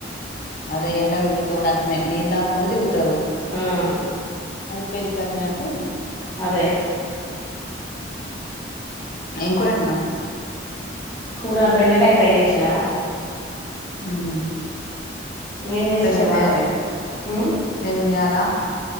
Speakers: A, on the left (about 50°); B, on the left (about 20°).
A: అదే ఎండకు ఇరుగుతే కూడా అట్నే నీల్ తాగు కుండా తిరుగు తారు
B: మ్మ్
A: అది పెయిల్స్ కి వచ్చినట్టు తో
B: అదే
A: ఏం కూర అండినవు
B: కూర బెండకాయ ఫ్రై చేసినారా
A: ఉహు
B: ఏం చేసినావు
A: స్పెషల్
B: ఇవాళ
A: తేలే
B: మ్మ్
A: నేను ఇయ్యల